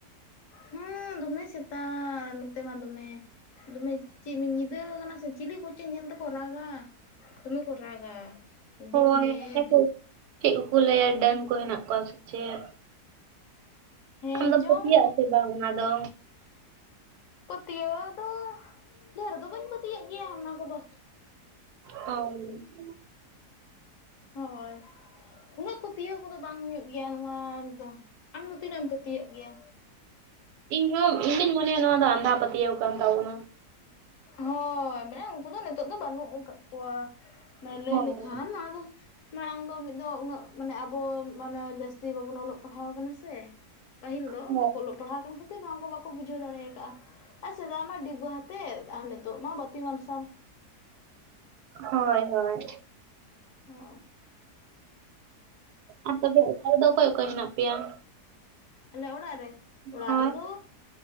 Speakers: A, on the left (about 60°); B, on the right (about 75°).
A: ᱦᱮᱸ ᱫᱚᱢᱮ ᱥᱮᱛᱟ ᱱᱚᱛᱮ ᱢᱟ ᱫᱚᱢᱮ ᱫᱚᱢᱮ ᱪᱮᱫ ᱧᱤᱫᱟᱹ ᱠᱟᱱᱟ ᱥᱮ ᱪᱤᱞᱤ ᱠᱚ ᱪᱮᱫ ᱧᱮᱞ ᱛᱮᱠᱚ ᱨᱟᱜᱟ? ᱫᱚᱢᱮ ᱠᱚ ᱨᱟᱜᱟ
B: ᱦᱳᱭ
A: ᱫᱤᱱ ᱜᱮ
B: ᱟᱞᱮ
A: ᱫᱤ
B: ᱠᱚ ᱪᱮᱫ ᱠᱚᱠᱚ ᱞᱟᱹᱭᱟ ᱰᱟᱹᱱ ᱠᱚ ᱢᱮᱱᱟᱜ ᱠᱚᱣᱟ ᱥᱮ ᱪᱮᱫ?
A: ᱦᱮᱸ
B: ᱟᱢᱫᱚᱢ
A: ᱪᱚᱝ
B: ᱯᱟᱹᱛᱭᱟᱹᱜ ᱟᱥᱮ ᱵᱟᱝ ᱚᱱᱟ ᱫᱚ?
A: ᱯᱟᱹᱛᱭᱟᱹᱣ ᱫᱚ ᱰᱷᱮᱨ ᱫᱚ ᱵᱟᱹᱧ ᱯᱟᱹᱛᱭᱟᱹᱜ ᱜᱮᱭᱟ ᱚᱱᱟ ᱠᱚᱫᱚ᱾
B: ᱚᱻ
A: ᱦᱚᱭ᱾ ᱩᱱᱟᱹᱜ ᱯᱟᱹᱛᱭᱟᱹᱣ ᱠᱚᱫᱚ ᱵᱟᱝ ᱦᱩᱭᱩᱜ ᱜᱮᱭᱟ ᱱᱚᱣᱟ ᱫᱚ ᱟᱢ ᱫᱚ ᱛᱤᱱᱟᱹᱜ ᱮᱢ ᱯᱟᱹᱛᱭᱟᱹᱜ ᱜᱮᱭᱟ?
B: ᱤᱧ ᱦᱚᱸ ᱤᱧᱫᱩᱧ ᱢᱚᱱᱮᱭᱟ ᱱᱚᱣᱟ ᱫᱚ ᱟᱸᱫᱷᱟ ᱯᱟᱹᱛᱭᱟᱹᱣ ᱠᱟᱱ ᱛᱟᱵᱚᱱᱟ᱾
A: ᱦᱚᱭ ᱢᱟᱱᱮ ᱩᱝᱠᱩ ᱫᱚ ᱱᱤᱛᱚᱜ ᱫᱚ ᱵᱟᱹᱱᱩᱜ ᱠᱟᱫ ᱠᱚᱣᱟ ᱢᱟᱱᱮ ᱞᱟᱹᱭ
B: ᱦᱳᱭ
A: ᱞᱮᱠᱷᱟᱱ ᱟᱫᱚ ᱢᱟᱲᱟᱝ ᱫᱚ ᱢᱤᱫ ᱫᱚ ᱩᱱᱟᱹᱜ ᱢᱟᱱᱮ ᱟᱵᱚ ᱢᱟᱱᱮ ᱡᱟᱹᱥᱛᱤ ᱵᱟᱵᱚᱱ ᱚᱞᱚᱜ ᱯᱟᱲᱦᱟᱣ ᱠᱟᱱᱟ ᱥᱮ ᱯᱟᱹᱦᱤᱞ ᱫᱚ
B: ᱦᱳᱭ
A: ᱵᱟᱠᱚ ᱚᱞᱚᱜ ᱯᱟᱲᱦᱟᱣ ᱠᱟᱱ ᱠᱷᱟᱹᱛᱤᱨ ᱱᱚᱣᱟ ᱠᱚ ᱵᱟᱠᱚ ᱵᱩᱡᱷᱟᱹᱣ ᱫᱟᱲᱮ ᱠᱟᱜ-ᱟ ᱟᱨ ᱥᱮᱫᱟᱭ ᱢᱟ ᱰᱤᱵᱟᱹ ᱦᱟᱛᱮᱫ ᱟᱨ ᱱᱤᱛᱚᱜ ᱢᱟ ᱵᱟᱛᱤ ᱢᱟᱨᱥᱟᱞ᱾
B: ᱦᱚᱭ ᱦᱚᱭ᱾
A: ᱦᱚ᱾
B: ᱟᱯᱮ ᱫᱚ ᱚᱲᱟᱜ ᱨᱮᱫᱚ ᱚᱠᱚᱭ ᱚᱠᱚᱭ ᱦᱮᱱᱟᱜ ᱯᱮᱭᱟ?
A: ᱟᱞᱮ ᱚᱲᱟᱜ ᱨᱮ, ᱚᱲᱟᱜ
B: ᱦᱳᱭ
A: ᱨᱮᱫᱚ